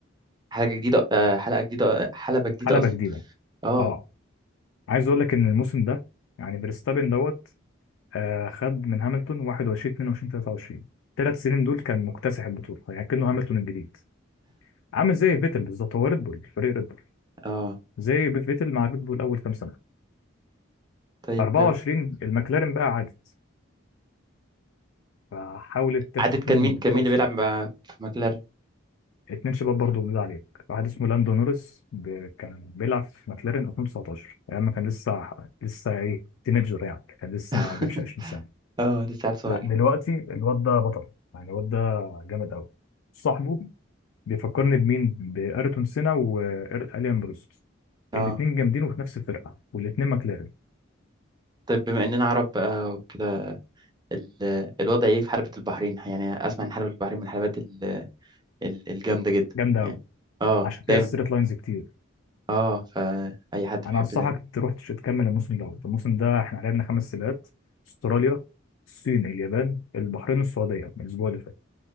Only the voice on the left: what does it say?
حلبه
جديده
اه عايز اقول لك ان الموسم ده يعني فيرستابن دوت آه خد من هاملتون 21 22 23 الثلاث سنين دول كان مكتسح البطوله يعني كانه هاملتون الجديد عامل زي فيتل بالظبط هو ريد بول فريق ريد بول
زي فيتل مع ريد بول اول كام سنه
24 المكلارين بقى عادت فحاولت تخطف
منهم
البطوله
بس
ما عرفتش
اتنين شباب برضه بنقول عليك واحد اسمه لاندو نورس ب- كان بيلعب في ماكلارين 2019 ايام ما كان لسه لسه ايه تينيجر يعني كان لسه
ما جابش 20 سنه
لا دلوقتي الواد ده بطل يعني الواد ده جامد قوي صاحبه بيفكرني بمين بأيرتون سينا وإليان بروست
الاتنين جامدين وفي نفس الفرقه والاتنين ماكلارين
جامده
قوي
عشان كده
الستريت لاينز كتير
انا
انصحك
تروح تش- تكمل الموسم دوت الموسم ده احنا لعبنا خمس سباقات استراليا الصين اليابان البحرين السعوديه من الاسبوع اللي فات